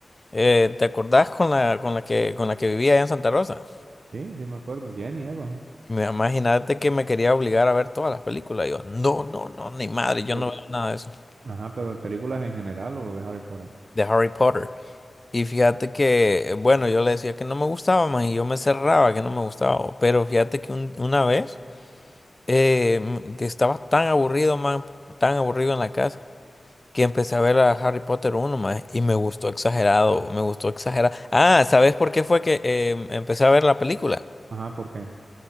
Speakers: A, on the left (about 25°); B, on the right (about 80°).
A: eh, ¿te acordás con la, con la que, con la que vivía allá en Santa Rosa?
B: Sí, sí me acuerdo, Jenny, Eva.
A: Me imagínate que me quería obligar a ver todas las películas. Y yo, no, no, no, ni madre, yo
B: Pero...
A: no veo nada de eso.
B: Ajá, pero en películas en general o de Harry Potter.
A: De Harry Potter. Y fíjate que, eh, bueno, yo le decía que no me gustaba más y yo me cerraba que no me gustaba. Pero fíjate que un- una vez eh, m- que estaba tan aburrido, man, tan aburrido en la casa, que empecé a ver a Harry Potter uno más y me gustó exagerado, me gustó exagerado. Ah, ¿sabes por qué fue que eh, empecé a ver la película?
B: Ajá, ¿por qué?